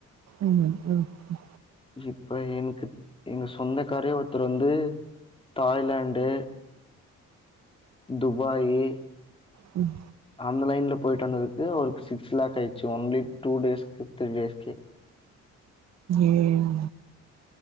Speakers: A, on the right (about 60°); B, on the left (about 15°).
A: ம் அ
B: இப்ப எனக்கு எங்க சொந்த காரே ஒருத்தர் வந்து தாய்லாண்டு துபாயி
A: ம்
B: அந்த லைன்ல போயிட்டு வந்ததுக்கு ஒரு சிக்ஸ் லேக் ஆயிடுச்சு ஒன்லி டூ டேஸுக்கு த்ரீ டேஸுக்கே
A: ஏன்